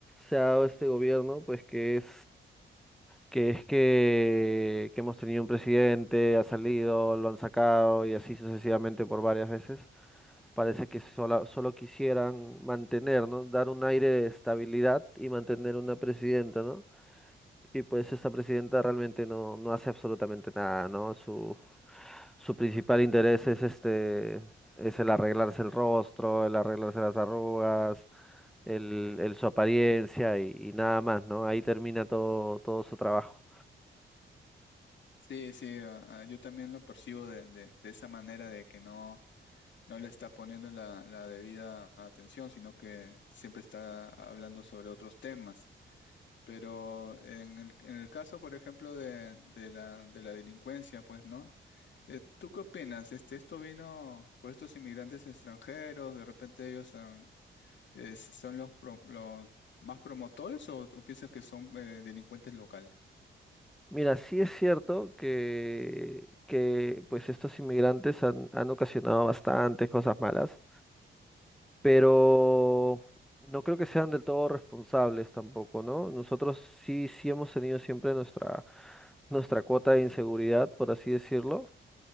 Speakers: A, in the centre; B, on the left (about 65°).
A: se ha dado este gobierno, pues que es que es que, que hemos tenido un presidente, ha salido, lo han sacado y así sucesivamente por varias veces. Parece que sola- solo quisieran mantener, ¿no? Dar un aire de estabilidad y mantener una presidenta, ¿no? Y pues esa presidenta realmente no, no hace absolutamente nada, ¿no? Su, su principal interés es este, es el arreglarse el rostro, el arreglarse las arrugas, el, el su apariencia y, y nada más, ¿no? Ahí termina todo, todo su trabajo.
B: Sí, sí, a- a- yo también lo percibo de, de- de esa manera de que no, no le está poniendo la, la debida atención, sino que siempre está hablando sobre otros temas. Pero en el, en el caso, por ejemplo, de, de la, de la delincuencia, pues, ¿no? Eh, ¿tú qué opinas? Este, ¿esto vino por estos inmigrantes extranjeros? ¿De repente ellos han, Es- ¿son los, pro- los más promotores o, o piensas que son eh, delincuentes locales?
A: Mira, sí es cierto que, que pues estos inmigrantes han, han ocasionado bastantes cosas malas pero no creo que sean del todo responsables tampoco, ¿no? Nosotros sí, sí hemos tenido siempre nuestra, nuestra cuota de inseguridad, por así decirlo,